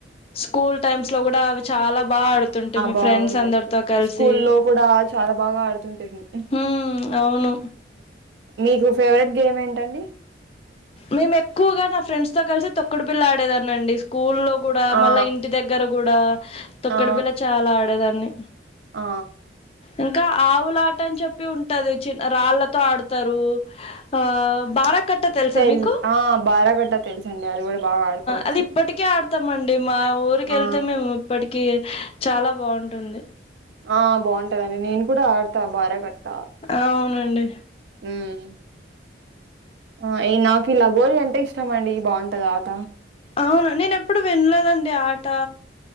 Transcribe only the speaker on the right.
బాగుండొచ్చు
స్కూల్లో కూడా చాలా బాగా ఆడుతుంటిమి
మీకు ఫేవరెట్ గేమ్ ఏంటండి
ఆ
ఆ
ఆ
తెల్
ఆ బారాకట్ట తెలుసండి అది కూడా బాగా ఆడుకోవచ్చు
ఆ
ఆ బావుంటది నే నేను కూడా ఆడతా బారేకట్ట
మ్మ్ ఆ నాకీ లగోరీ అంటే ఇష్టంమండి బాగుంటది ఆట